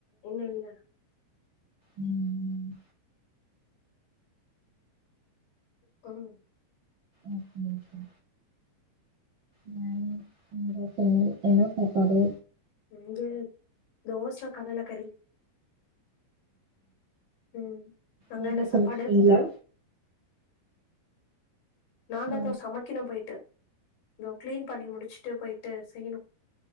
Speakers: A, on the left (about 75°); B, on the right (about 35°).
A: இன்னு இல்ல
B: ம்
A: கும்
B: ஓகே ஓகே நானு இந்த போற என்ன சாப்பாடு
A: இங்க தோச கடலக்கறி ம் அங்க
B: நீங்க
A: என்ன
B: சமச்சுட்டிங்களா
A: சாப்பாடு நான்கதோ
B: ஆ
A: சமைக்கணு போயிட்டு னோ கிளீன் பண்ணி முடுச்சுட்டு போயிட்டு செய்யணு